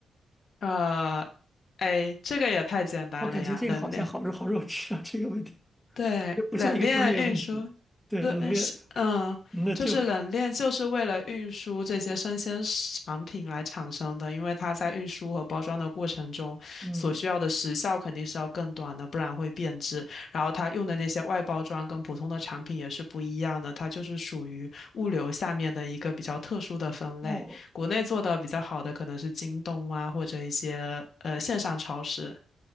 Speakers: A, on the left (about 55°); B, in the centre.
A: 呃，哎，这个也太简单了呀，
B: 我感觉这个好像好肉好肉吃啊，
A: 人类。
B: 这个问题
A: 对，
B: 这不像一个专业问题。
A: 冷链运输，
B: 对，
A: 对，
B: 冷链，
A: 呃是，嗯，
B: 那就
A: 就是冷链就是为了运输这些生鲜食产品来产生的，因为它在运输和包装的过程中所需要的时效肯定是要更短的，
B: 嗯，
A: 不然会变质。然后它用的那些外包装跟普通的产品也是不一样的，它就是属于物流下面的一个比较特殊的分类。
B: 哦，
A: 国内做的比较好的可能是京东啊，或者一些呃线上超市。